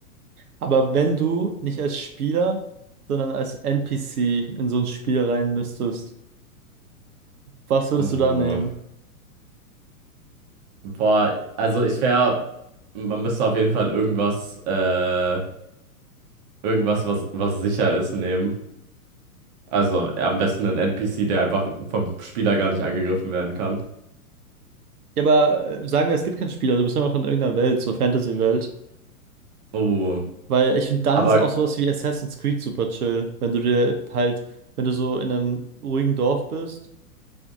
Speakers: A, on the right; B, on the right.
A: Aber wenn du nicht als Spieler, sondern als NPC in so ein Spiel rein müsstest, was würdest
B: Uh.
A: du da nehmen?
B: Boah, also ich wäre, man müsste auf jeden Fall irgendwas, äh, irgendwas, was, was sicher ist, nehmen. Also am besten einen NPC, der einfach vom Spieler gar nicht angegriffen werden kann.
A: Ja, aber äh, sagen wir, es gibt kein Spiel, also du bist einfach in irgendeiner Welt, so Fantasy-Welt.
B: Oh,
A: Weil ich finde, dann
B: aber
A: ist auch sowas wie Assassin's Creed super chill, wenn du dir halt, wenn du so in einem ruhigen Dorf bist